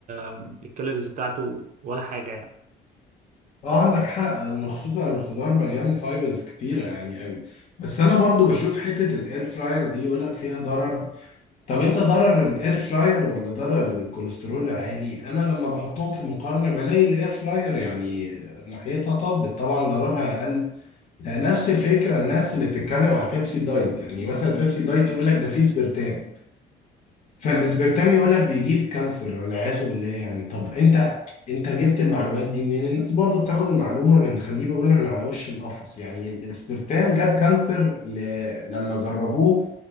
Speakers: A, on the right (about 50°); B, on the left (about 45°).
A: آه، الكالوريز بتاعته ولا حاجة يعني
B: اه عندك حق ان خصوصا الخضار مليان فايبرز كتيره يعني قوي بس انا برضو بشوف حته الاير فراير دي يقول لك فيها ضرر طب انت ضرر الاير فراير ولا ضرر الكوليسترول عالي انا لما بحطهم في مقارنه بلاقي الاير فراير يعني ناحيتها طبت طبعا ضررها اقل آه، نفس الفكره الناس اللي بتتكلم على البيبسي دايت يعني مثلا البيبسي دايت يقول لك ده فيه سبرتام فالاسبرتام يقول لك بيجيب كانسر والعياذ بالله يعني طب انت انت جبت المعلومات دي منين؟ الناس برضو بتاخد المعلومه من خليه بيقول من على وش القفص يعني الاسبرتام جاب كانسر ل... لما جربوه